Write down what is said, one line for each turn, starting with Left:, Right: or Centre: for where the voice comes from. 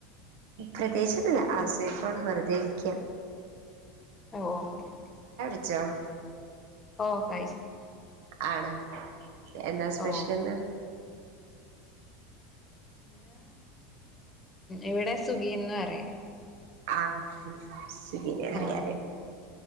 Right: പ്രത്യേകിച്ചന്നൂല്ല ഔസ് വൈഫാണ് വെറുതെ ഇരിക്ക്യാ
Left: ഓക്കെക്കെ
Right: <unintelligible>
Left: ഓഹ് കൈച്ച്
Right: ആണ എന്താ സ്പെഷ്യൽന്ന്
Left: ഓ പിന്നെ ഇവിടെ സുഖീന്ന് പറയും
Right: ആഹ് സ്വഗ്ഗിന് അറിയ
Left: ആ